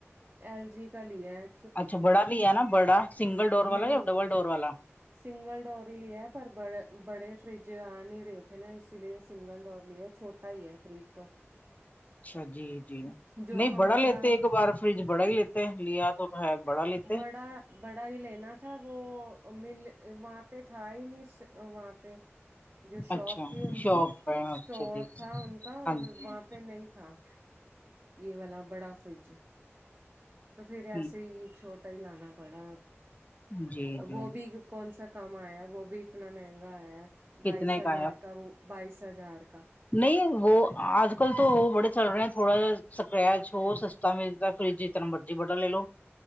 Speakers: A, on the right (about 30°); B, on the left (about 35°).
A: ایل جی کا لیا ہے
B: اچھا بڑا لیا نا بڑا
A: نہیں
B: سنگل ڈور والا یا ڈبل ڈور والا
A: سنگل ڈور ہی لیا ہے پر بڑے بڑے فریج آ نہیں رہے تھے نا اسی لیے سنگل ڈور لیا چھوٹے ای ہے فریج تو
B: اچھا جی جی
A: جو
B: نہیں
A: ہمارا
B: بڑا لیتے ایک بار فریج بڑا ہی لیتے لیا تو تو ہے بڑا لیتے
A: بڑا بڑا جو لینا تھا وہ مل وہاں پہ تھا ہی نہیں وہاں پہ جو شاپ
B: اچھا
A: تھی ان
B: شاپ
A: کی اسٹور
B: پہ اچھا جی
A: تھا ان کا
B: ہاں
A: وہاں
B: جی ہاں
A: پہ نہیں تھا یہ وال والا بڑا فریج تو پھر
B: جی
A: ایسے ہی چھوٹا ہی لانا پڑا
B: جی جی
A: وہ بھی کون سا کم آیا ہے وہ بھی اتنا مہنگا آیا ہے بائیس
B: کتنے
A: ہزار
B: ہے
A: کا وہ بائیس ہزار کا
B: نہیں وہ آج کل تو وہ بڑے چل رہے ہیں تھوڑا سکرچ ہو سسٹم فریج جتنا مرضی بڑا لے لو